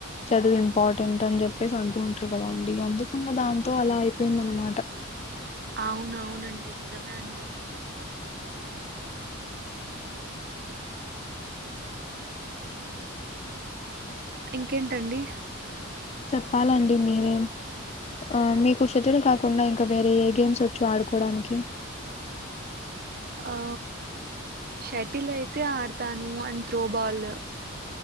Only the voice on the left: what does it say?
చదివి. ఇంపార్టెంట్ అని చెప్పేసి అంటంటారు గద అందుకంగా దాంతో అలా అయిపోయింది అనమాట.
చెప్పాలండి మీరే ఆ మీకు చెటిల్ కాకుండా ఇంకా వేరే ఏ గేమ్స్ వొచ్చు ఆడుకోవడానికి.